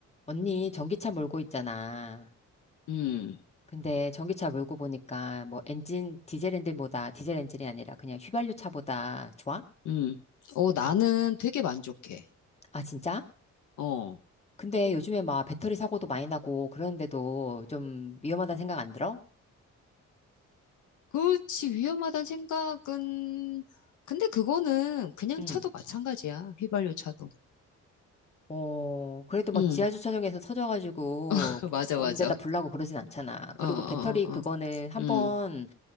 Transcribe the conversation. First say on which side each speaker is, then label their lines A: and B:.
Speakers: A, on the left; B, on the left.
A: 언니, 전기차 몰고 있잖아.
B: 음,
A: 근데 전기차 몰고 보니까 뭐 엔진, 디젤 엔진보다, 디젤 엔진이 아니라 그냥 휘발유 차보다 좋아?
B: 음. 어, 나는 되게 만족해.
A: 아, 진짜?
B: 어.
A: 근데 요즘에 막 배터리 사고도 많이 나고 그러는데도 좀 위험하다는 생각 안 들어?
B: 그렇지, 위험하다는 생각은, 근데 그거는 그냥
A: 응.
B: 차도 마찬가지야. 휘발유 차도.
A: 어, 그래도 막
B: 응,
A: 지하 주차장에서 터져가지고
B: <laughs> 맞아,
A: 온
B: 맞아.
A: 데다 불나고 그러진 않잖아. 그리고
B: 어, 어,
A: 배터리
B: 어,
A: 그거는
B: 어.
A: 한번
B: 음,